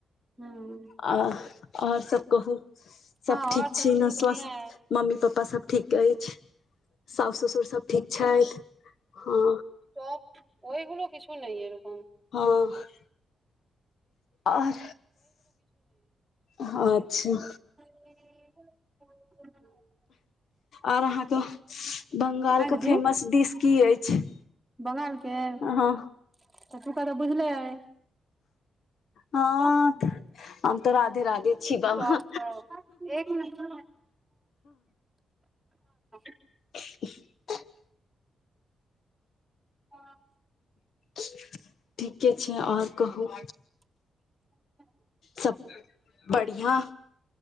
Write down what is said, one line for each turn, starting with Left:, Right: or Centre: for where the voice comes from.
Centre: हूँ
Left: आ आओर सब कहू सब
Centre: हँ और
Left: ठीक छी
Centre: दीदी
Left: न
Centre: बढ़िया
Left: स्वस्थ
Centre: है
Left: मम्मी पप्पा सब ठीक अछि सौस ससुर सब ठीक छथि हँ
Centre: पोप ओईगलो किछु नै एरकम
Left: हँ आर अच्छा
Centre: <unintelligible>
Left: आओर अहाँके बंगालके
Centre: यै दीदी
Left: फेमस डिश की अछि
Centre: बंगाल के एतिहासिक
Left: हँ
Centre: तऽ बुझले आय
Left: हँ
Centre: सब
Left: हम तऽ राधे राधे
Centre: <unintelligible>
Left: छी बाबा
Centre: एक मिनट <unintelligible>
Left: <inaudible>
Centre: हँ
Left: ठीके छै आओर कहू
Centre: <inaudible>
Left: सब बढ़िया